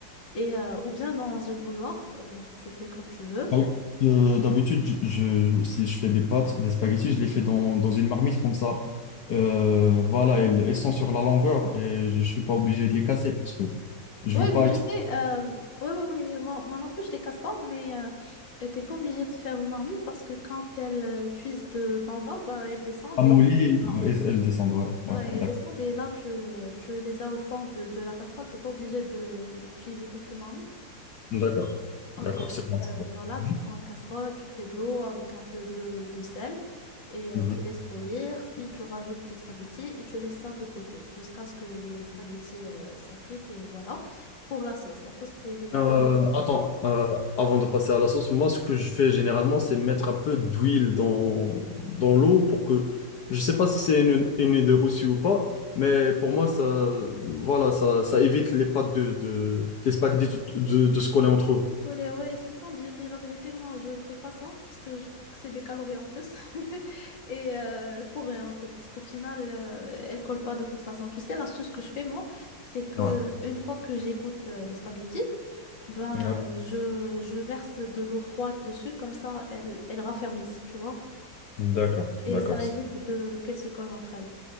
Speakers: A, on the left; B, on the left.
A: et euh, ou bien dans une bouilloire, euh, tu fais comme tu veux.
B: Ah oui. Euh, d'habitude, je, je- si je fais des pâtes, des spaghettis, je les fais dans, dans une marmite comme ça. Euh, voilà, elles, elles sont sur la longueur et je ne suis pas obligé de les casser parce que je
A: Oui,
B: veux pas
A: mais tu
B: être
A: sais, euh, ouais, ouais, ouais, moi, moi non plus, je les casse pas, mais euh, t'es pas obligé de faire une marmite parce que quand elles euh, cuisent de, d'en bas, ben, elles descendent
B: amolli
A: et,
B: et elles, elles descendent. Ouais, ouais,
A: ouais,
B: ouais,
A: elles
B: d'accord.
A: descendent et là, tu, tu les as au fond du- de la casserole, t'es pas obligé de, d'utiliser toute une marmite.
B: D'accord,
A: Ok,
B: d'accord, c'est
A: donc
B: bon.
A: euh,
B: ça va.
A: voilà,
B: Mhm.
A: tu prends une casserole, tu fais de l'eau avec un peu de, de sel et
B: Mhm.
A: euh, tu laisses bouillir, puis tu rajoutes tes spaghettis et tu laisses ça de côté jusqu'à ce que les spaghettis euh, sont cuits et voilà. Pour la sauce, la sauce c'est le truc
B: Euh,
A: le plus
B: attends,
A: important.
B: euh, avant de passer à la sauce, moi ce que je fais généralement c'est mettre un peu d'huile dans, dans l'eau pour que, je sais pas si c'est une, une idée reçue ou pas, mais pour moi ça, voilà, ça, ça évite les pâtes de, de les spaghettis de, de- de se coller entre eux.
A: Le scolé, ouais, c'est ce qu'on dit, mais la vérité, moi, je fais pas ça parce que je trouve que c'est des calories en plus. <laughs> Et euh, pour rien, en fait, parce qu'au final, euh, elle colle pas de toute façon. Tu sais, l'astuce que je fais, moi, c'est que
B: Ouais.
A: une fois que j'égoutte euh, les spaghettis, ben,
B: Ouais.
A: je, je verse de l'eau froide dessus, comme ça, elles, elles raffermissent, tu vois.
B: D'accord,
A: Et
B: d'accord,
A: ça évite de qu'elles se collent entre elles.